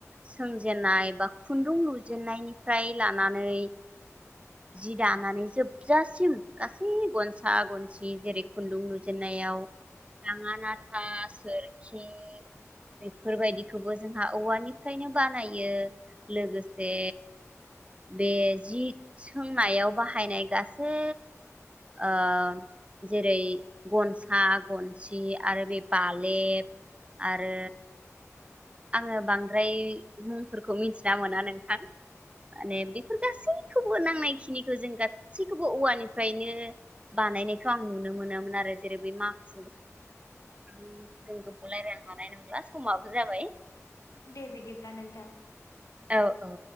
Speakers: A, on the right (about 25°); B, on the left (about 80°).
A: सोंजेन्नाय बा खुन्दुं लुजेनन्नायनिफ्राय लानानै जि दानानै जोबजासिम गासै गनसा गनसि जेरै खुन्दुं लुजेनन्नायाव दाङा नाथा सोर खि बेफोर बायदिखौबो जोंहा औवानिफ्रायनो बानायो लोगोसे बे जि सोंनायाव बाहायनाय गासै ओ जेरै गनसा गनसि आरो बे बालेब आरो आङो बांद्राय मुंफोरखौ मिथिना मोना नोंथां माने बेफोर गासैखौबो नांनायखिनिखौ जों गासैखौबो औवानिफ्रायनो बानायनायखौ आं नुनो मोनामोन आरो जेरै बे माखु जों गोबावलायलायनो हानाय नंला समाबो जाबाय
B: दे बिदिब्ला नोंथां
A: औ औ